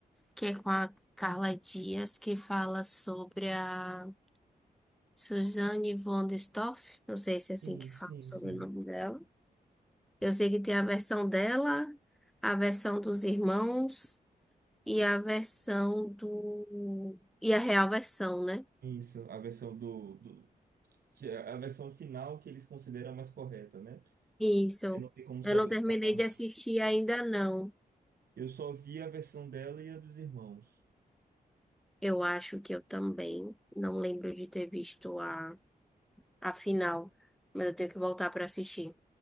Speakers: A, in the centre; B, on the right (about 80°).
A: que é com a Carla Dias que fala sobre a Suzanne von der Stoff, não sei se é assim
B: sim,
A: que
B: sim,
A: fala sobre
B: sim.
A: o nome dela. Eu sei que tem a versão dela, a versão dos irmãos e a versão do e a real versão, né?
B: Isso, a versão do, do- que é a versão final que eles consideram a mais correta, né?
A: Isso.
B: Eu não tenho como saber
A: Eu não terminei
B: exatamente.
A: de assistir ainda não.
B: Eu só vi a versão dela e a dos irmãos.
A: Eu acho que eu também não lembro de ter visto a, a final, mas eu tenho que voltar para assistir.